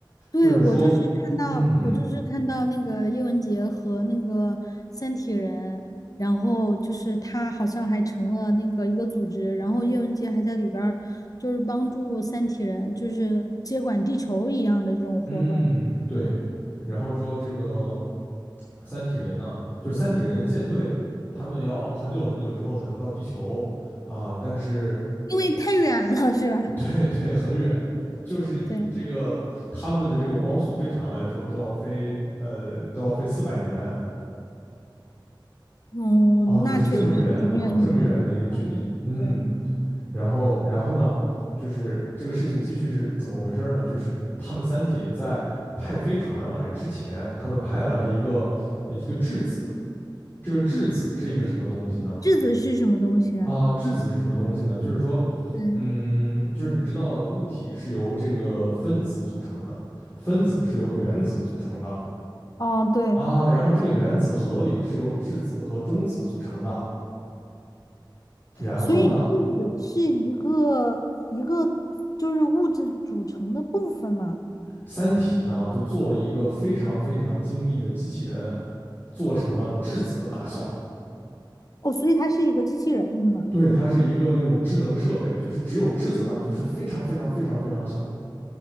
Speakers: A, on the left; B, on the left.
A: 对，
B: 就是说，
A: 我就是看到，
B: 嗯
A: 我就是看到那个叶文洁和那个三体人，然后就是他好像还成了那个一个组织，然后叶文洁还在里边儿就是帮助三体人，就是接管地球一样的这种活动，
B: 嗯对，然后说这个三体人呢，就是三体人的舰队，他们要很久很久之后才能到地球啊，但是
A: 因为太远了，是吧？
B: 对对，很远，就是以这个他们的这个光速飞船来说，
A: 对，
B: 都要飞呃都要飞四百年
A: 嗯，
B: 啊，就是这么远啊，
A: 那确实是很远很远的地方了。
B: 这么远的一个距离，嗯，
A: 对，
B: 然后然后呢，就是这个事情继续是怎么回事呢？就是他们三体在派飞船来之前，他们派来了一个呃一个质子，这个质子是一个什么东西呢？
A: 质子是什么东西啊
B: 啊，质子是什么东西呢？就是说，
A: 对，
B: 嗯，就是你知道物体是由这个分子组成的，分子是由原子组成的
A: 哦，对。
B: 啊，然后这个原子核里是由质子和中子组成的，然后呢，
A: 所以质子是一个一个就是物质组成的部分嘛。
B: 三体呢就做了一个非常非常精密的机器人，做成了质子的大小，
A: 哦，所以它是一个机器人是吗？
B: 对，它是一个那种智能设备，就是只有质子大，就是非常非常非常非常小